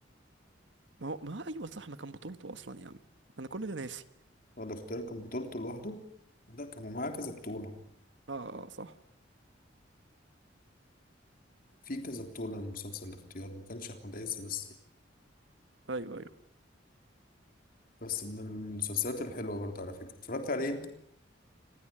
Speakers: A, on the right; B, on the left.
A: ما هو ما هو ايوه صح ما كان بطولته اصلا يا عم انا كل ده ناسي
B: هو الاختيار كان بطولته لوحده لا كان معاه كذا بطولة
A: اه اه آه، صح
B: في كذا بطولة لمسلسل الاختيار ما كانش أحمد عز بس يعني.
A: ايوه ايوه
B: بس من المسلسلات الحلوة برضه على فكرة اتفرجت عليه أنت؟